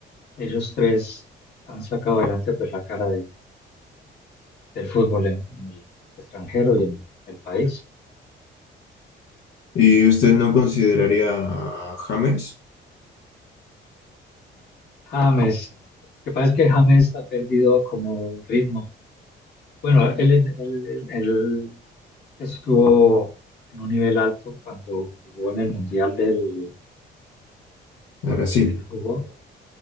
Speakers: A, on the left; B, on the left.
A: ellos tres han sacado adelante pues la cara de- del fútbol en, en el extranjero y en el país.
B: ¿Y usted no consideraría a James
A: James, lo que pasa es que James ha perdido como ritmo. Bueno, él, en- él- él- él estuvo en un nivel alto cuando jugó en el Mundial del...
B: de
A: ¿Cuál
B: Brasil?
A: fue que él jugó?